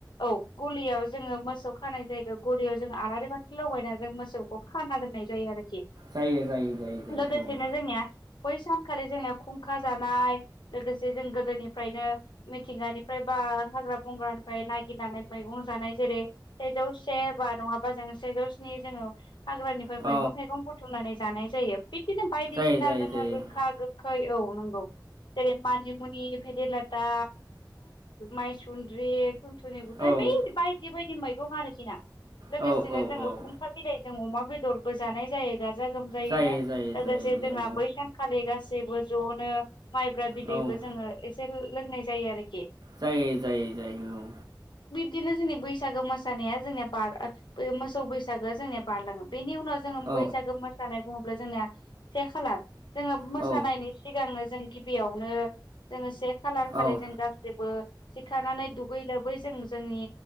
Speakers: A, on the left (about 80°); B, on the right (about 60°).
A: औ गलियाव जोङो मोसौ खानाय जायगाव गलियाव जोंङो आलारि बाथि लगायना जों मोसौ खाना दोननय जायो आरोखि
B: जायो जायो जायो जायो
A: लोगोसेनो
B: औ
A: जोंनिया बै सानखालि जोंनिया खुंखा जानाय लोगोसे जों गोदोनिफ्रायनो मिथिंगानिफ्राय हाग्रा बंग्रानिफ्राय नायगिरनानै मैगं जानाय जेरै सेजौ से बा नङाबा जोङो सेजौ स्नि जोङो हाग्रानिफ्राय
B: औ
A: मैगं थाइगं बुथुमनानै जानाय जायो बिदिनो बायदिसिना
B: जायो जायो
A: जोङो
B: जायो
A: गोखा गोखै औ नंगौ जेरै मानिमुनि भेदेलता मायसुन्द्रि थुनथुनि गुथाय
B: औ
A: बै बायदि बायदि मैगं आरोखि ना लोगोसेनो
B: औ औ
A: जोङो
B: औ
A: खुंखा जों अमा बेदरबो जानाय जायो गाजा गोमजायैनो
B: जायो जायो
A: लोगोसे
B: जायो जायो
A: जोंहा बै सानखालि गासिबो ज'नो माइब्रा बिदैबो
B: औ
A: जोङो एसे लोंनाय जायो आरोखि
B: जायो जायो जायो औ
A: बिदिनो जोंनि बैसागो मोसानाया जोंनिया बार मोसौ बैसागोआ जोंनिया बारलाङो बेनि उनाव जोङो
B: औ
A: बैसागो मोसानाय बुङोब्ला जोंनिया से खालार जोङो मोसानायनि
B: औ
A: सिगांनो जों गिबियावनो जोङो से खालार खालि
B: औ
A: जों गासिबो सिखारानानै दुगै लोबै जों जोंनि